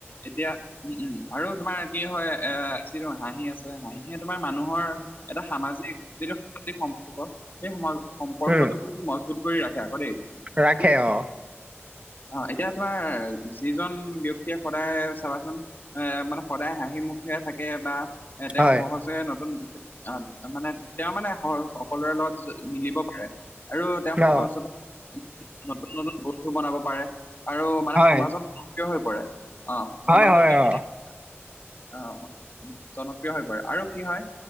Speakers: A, on the left; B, on the right.
A: এতিয়া, উম, উম! আৰু তোমাৰ কি হয়, এ হাঁহি আছে, হাঁহিয়ে তোমাৰ মানুহৰ, এটা সামাজিক যিটো, সামাজিক সম্পৰ্ক, সেই সম সম্পৰ্কটো
B: উম
A: মজবুত কৰি ৰাখে, আকৌ দেই।
B: ৰাখে,
A: এতিয়া
B: অ'!
A: অ'! এতিয়া তোমাৰ, যিজন ব্যক্তিয়ে, সদায় চাবাচোন? এ, মানে সদায় হাঁহি মুখে থাকে বা এ, তেওঁ
B: হয়
A: সহজে নতুন, মানে, তেওঁ মানে, স সকলোৰে লগত মিলিব পাৰে আৰু তেওঁ সহজ-সৰল।
B: অ
A: নতুন-নতুন বস্তু বনাব পাৰে। আৰু মানে,
B: হয়
A: সমাজত, থিয় হৈ পৰে। অ'!
B: হয়
A: সমাজত
B: হয়
A: তেওঁ, <unintelligible>
B: অ
A: জনপ্ৰিয় হৈ পৰে। আৰু কি হয়,